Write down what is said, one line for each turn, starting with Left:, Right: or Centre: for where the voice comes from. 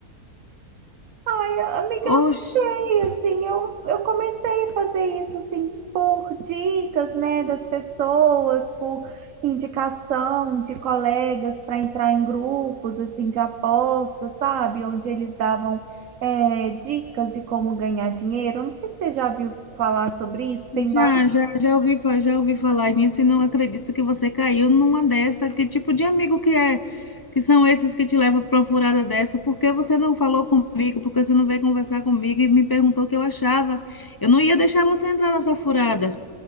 Right: Ai, amiga,
Left: Oxe.
Right: E assim, eu, eu comecei a fazer isso assim por dicas, né, das pessoas, por indicação de colegas para entrar em grupos assim de apostas, sabe? Onde eles davam é, dicas de como ganhar dinheiro. Eu não sei se você já viu falar sobre isso, tem
Left: Já,
Right: vários
Left: já, já ouvi, fa- já ouvi falar nisso e não acredito que você caiu numa dessa. Que tipo de amigo que é? Que são esses que te levam para uma furada dessa? Por que você não falou comigo? Por que você não veio conversar comigo e me perguntou o que eu achava? Eu não ia deixar você entrar nessa furada.